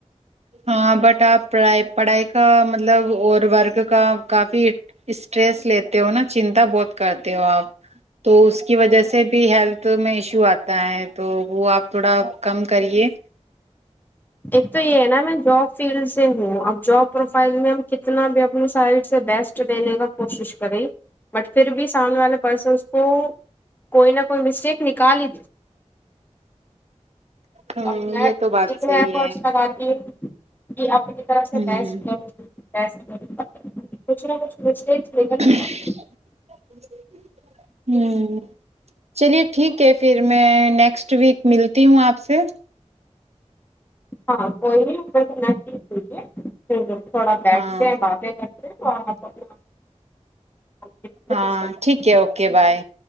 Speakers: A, on the right; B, on the left.
A: ہاں بٹ آپ پڑھائی پڑھائی کا مطلب اور ورک کا کافی اسٹریس لیتے ہو نا چنتا بہت کرتے ہو آپ تو اس کی وجہ سے بھی ہیلتھ میں ایشو آتا ہے تو وہ آپ تھوڑا کم کریے
B: ایک تو یہ ہے نا میں جاب فیلڈ سے ہوں اب جاب پروفائل میں کتنا بھی اپنی سائڈ بیسٹ دینے کا کوشش کریں بٹ پھر بھی سامنے والے پرسنس کو کوئی نہ کوئی مسٹیک نکالی <unintelligible>
A: ہوں یہ تو بات صحیح
B: <unintelligible>
A: ہمم
B: بیسٹ کروں بیسٹ کروں کچھ نہ کچھ مسٹیکس نکل
A: ہمم چلیے <unintelligible>
B: ہی پڑتی۔
A: ٹھیک ہے پھر میں نیکسٹ۔۔۔۔ نیکسٹ ویک ملتی ہوں آپ سے۔
B: <unintelligible> ٹھیک ہے پھر تھوڑا بیٹھتے
A: ہاں
B: ہیں باتیں کرتے ہیں۔۔۔ ڈسکس
A: ہاں۔
B: کرتے
A: ٹھیک ہے۔ اوکے بائے۔